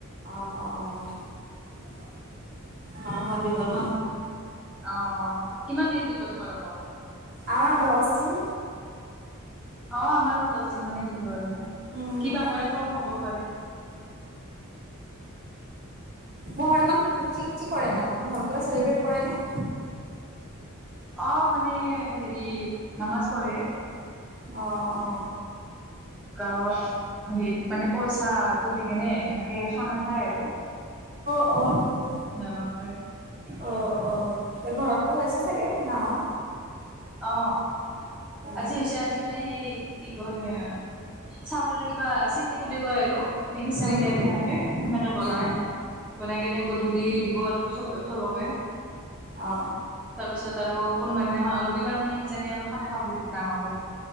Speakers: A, on the right; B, in the centre.
A: অ অ অহা মাহত দিব ন?
B: আহ কিমান দিন দিব তোমাক আকৌ?
A: আমাক দহ দিন।
B: অ আমাৰো দহ দহ দিন মানে দিব আৰু
A: উম
B: কিবা
A: তাকে
B: কৰে কম হ'ব পাৰে।
A: বৰা মান কি কি কৰে ন ঘৰ কিবা চেলিব্ৰেট কৰে নে?
B: অ মানে হেৰি নামাজ পঢ়ে।
A: অহ অহ।
B: গাওঁত হেৰিত মানে পইচা তুলি কেনে এনেকে খানা খায় আৰু।
A: অ। সেইটোৱে
B: ডাঙৰকৈ।
A: অ অ ঘৰতটো হৈছে চাগে গাঁৱত?
B: অ
A: উম
B: আজি হৈছে আজি মানে সেই কি কয়- চাউলৰ কিবা চিনি বুলি কয় আৰু খিচিৰি
A: উম
B: টাইপ সেনেকে বনাই।
A: উম উম,
B: বনাই কিনি গধূলি দিব আৰু চবকে।
A: অ
B: তাৰ পিছত আৰু কোনো বা দিনাখন ৰবিবাৰ মানে কিজানি আৰু খানা খাব ডাঙৰকৈ।